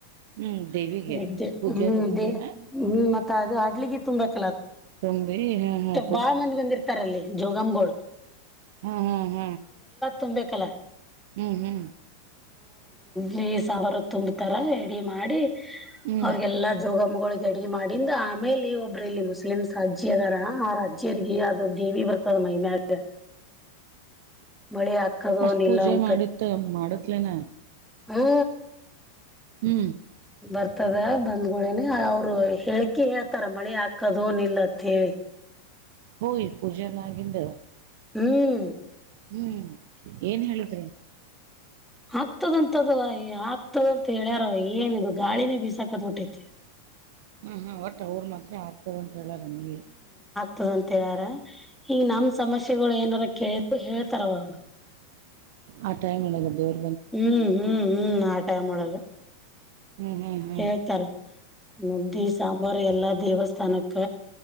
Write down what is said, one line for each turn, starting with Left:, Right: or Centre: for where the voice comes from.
Right: ಹ್ಮ್ ದೇವಿಗೆ
Centre: <unintelligible>
Right: ಪೂಜೆ
Centre: ಹ್ಮ್
Right: ಅದು ಮಾಡೇನ
Centre: ದೇ ಹ್ಮ್ ಮತ್ತೆ ಅದು ಹಡ್ಲಿಗಿ ತುಂಬೇಕ್
Right: ತುಂಬಿ ಹ ಹ
Centre: ಬಾಳ್ ಮಂದಿ ಬಂದಿರ್ತಾರಲ್ಲಿ ಜೋಗಮ್ಗಳು
Right: ಹ ಹ ಹ
Centre: ತುಂಬೇಕಲ
Right: ಹುಹು
Centre: ನೀ ಸಾವಾರ ತುಂಬತಾರ ಎಡಿ ಮಾಡಿ
Right: ಹ್ಮ್
Centre: ಅವ್ರಗೆಲ್ಲಾ ಜೋಗವ್ವ ಗಳಿಗೆ ಅಡಗೆ ಮಾಡಿಂದ ಆಮೇಲಿ ಒಬ್ಬರು ಇಲ್ಲಿ ಮುಸ್ಲಿಮ್ಸ್ ಅಜ್ಜಿ ಅದಾರ ಆ ಅಜ್ಜಿ ಜೀರ್ಗಿ ಅದು ದೀವಿ ಬರ್ತದ ಮೈಮ್ಯಾಗ ಮಳಿ ಹಾಕೊಡೊ
Right: ಅಷ್ಟ್
Centre: ಏನ್ ಇಲ್ಲೊ
Right: ಪೂಜೆ
Centre: ಅಂತ
Right: ಮಾಡಿತ್ತ ಮಾಡತ್ಲೇನ
Centre: ಹೂ
Right: ಹು
Centre: ಬರ್ತದ ಬಂದುಳೆನೆ ಅವ್ರು ಹೇಳಳ್ಕಿ ಹೇಳ್ತಾರ ಮಳಿ ಹಾಕ್ ಕದೋನಿಲ್ಲತೀಳಿ
Right: ಹೋಯ್ ಪೂಜೆ ಎಲ್ಲ ಆಗಿಂದ
Centre: ಹ್ಮ್
Right: ಹ್ಮ್ ಏನ್ ಹೇಳಿದ್ರು
Centre: ಆಗ್ತದಂತದ ಅದು ಆಗ್ತದ ಅಂತ ಹೇಳ್ಯಾರವ ಏನ್ ಗಾಳಿನೇ ಬಿಸಾಕತ್ಬಿತೈತಿ
Right: ಹು ಹು ವಟ್ಟ್ ಅವ್ರ ಮಾತ್ರ ಆಗ್ತದಂತ ಹೇಳಾರೆ ಮಿ
Centre: ತದಂತ ಹೇಳ್ಯಾರ ಹಿಂಗ ನಮ್ ಸಮಸ್ಯೆಗಳು ಏನಾರ ಕೇಳ ಹೇಳ್ತಾರ ಅವ್ರು
Right: ಆ ಟೈಮ್ ಒಳಗ್ ದೇವ್ರು
Centre: ಹ್ಮ್ ಹ್ಮ್ ಹ್ಮ್ ಆ ಟೈಮ್ ಒಳಗ
Right: ಹ್ಮ್ ಹ್ಮ್ ಹ್ಮ್
Centre: ಹೇಳ್ತಾರ್ ಮುದ್ದಿ ಸಾಂಬಾರು ಎಲ್ಲ ದೇವಸ್ಥಾನಕ್ಕ